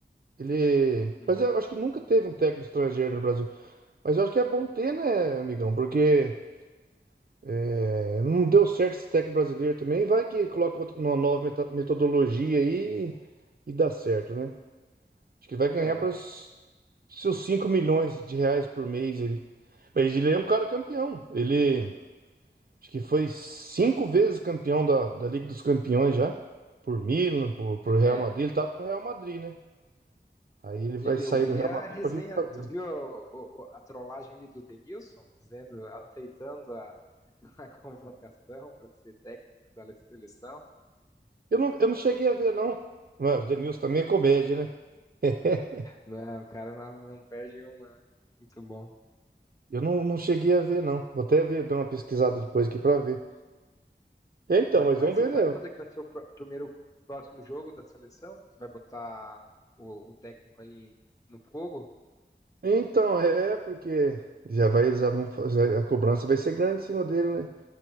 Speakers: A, on the right; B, on the left.
A: Ele.
B: Uhum.
A: Mas eu acho que nunca teve um técnico estrangeiro no Brasil. Mas eu acho que é bom ter, né, amigão? Porque é, não deu certo esse técnico brasileiro também. Vai que coloca outra- uma nova meta- metodologia aí e dá certo, né? Acho que vai ganhar
B: É,
A: para. seus 5 milhões de reais por mês ele. Mas ele é um cara campeão. Ele acho que foi cinco vezes campeão da, da Liga dos Campeões já. Por Milan, por, por Real
B: é.
A: Madrid. Ele tava com o Real Madrid, né? Aí ele vai
B: E-
A: sair
B: Eu vi
A: do Real
B: a
A: Madrid
B: resenha,
A: pra vir pro Brasil.
B: tu viu o- o- a, trollagem ali do Denilson, dizendo, aceitando a, <laughs> a convocação para ser técnico da seleção?
A: Eu não, eu não cheguei a ver, não. Mas o Denilson também é comédia, né? <laughs>
B: Não, o cara não, não perde uma. Muito bom.
A: Eu não, não cheguei a ver, não. Vou até ver, dar uma pesquisada depois aqui pra ver. É, Então,
B: Ma-
A: mas
B: Mas,
A: vamos
B: você
A: ver,
B: sabe
A: né?
B: quando é que vai ser o, pró- primeiro o próximo jogo da seleção? Que vai botar o, o técnico aí no fogo?
A: Então, é, porque já vai, já vão, fazer- a cobrança vai ser grande em cima dele, né?